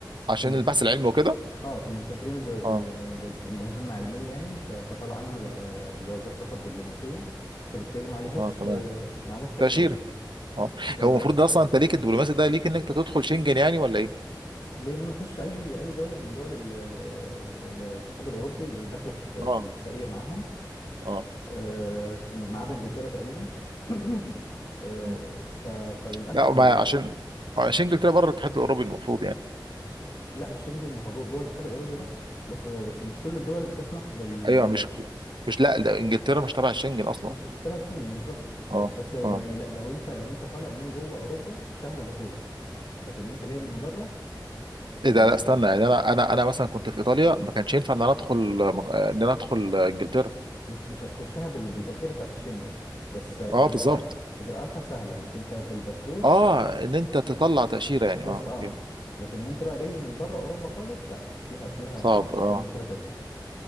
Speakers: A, on the right; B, on the left.
A: عشان
B: كنا
A: البحث العلمي وكده
B: اه كنا مسافرين ب... ب...
A: اه
B: يعني ب... بمهمة علمية يعني ف... فطلع عنا آه، جوازات سفر دبلوماسية فبالتالي ما عليهاش
A: اه تمام
B: آه، ما عليهاش تأشيرة
A: تأشيرة اه
B: ف
A: هو المفروض ده اصلا انت ليك الدبلوماسي ده ليك انك تدخل شنجن يعني ولا ايه
B: ليه ان انا اخش اي اي دوله من دول ال- ال- ال- ال- الاتحاد الاوروبي اللي داخله في الت-
A: اه
B: في الاتفاقيه معاهم
A: اه
B: آه، ما عدا انجلترا تقريبا <clears throat> آه،
A: اه
B: ف- فللاسف
A: لا ما
B: ال...
A: عشان آه، شنجن طلع بره الاتحاد الاوروبي المفروض يعني
B: لا الشنجن ما هو جوه جوه الاتحاد الاوروبي بس بس بس مش كل الدول بتسمح بال
A: ايوه مش مش لا ده انجلترا مش تبع الشنجن اصلا
B: مش مش تبع الشنجن بالظبط
A: اه
B: بس يعني
A: اه
B: لا لو انت لو انت طالع من جوه اوروبا سهل دخولك لكن وانت جاي من بره
A: ايه ده
B: يعني
A: لا استنى يعني انا انا انا مثلا كنت في ايطاليا ما كانش ينفع ان انا ادخل آه، ان انا ادخل آه، انجلترا
B: مش مش هتخشها بال... بالتاشيره بتاعت الشنجن بس اجراءاتها
A: اه بالظبط
B: اجراءاتها سهله انك انت بالباسبور
A: اه ان انت تطلع تأشيرة يعني
B: بس
A: اه
B: اه
A: اوكي
B: لكن وانت بقى جاي من بره اوروبا خالص لا فيها فيها
A: صعب اه
B: فيها مشكله تانية